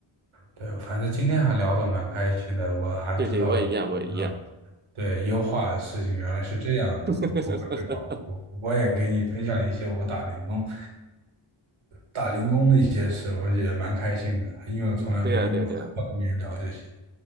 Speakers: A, on the right; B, on the right.
A: 对，反正今天还聊得蛮开心的，我还知道了知道了对，
B: 对对，我也一样，我也一样。
A: 优化的事情原来是这样子的，
B: <laughs>
A: 不会被保护。我也给你分享一些我打零工、打零工的一些事，我也蛮开心的，因为我从来没跟跟别人聊这些。
B: 对啊，对啊，对啊，